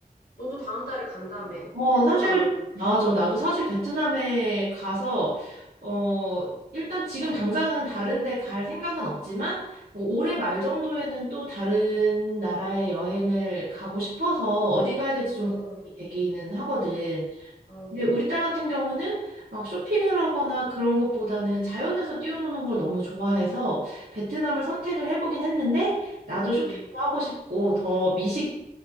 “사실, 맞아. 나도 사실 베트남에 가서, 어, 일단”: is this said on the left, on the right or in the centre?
Right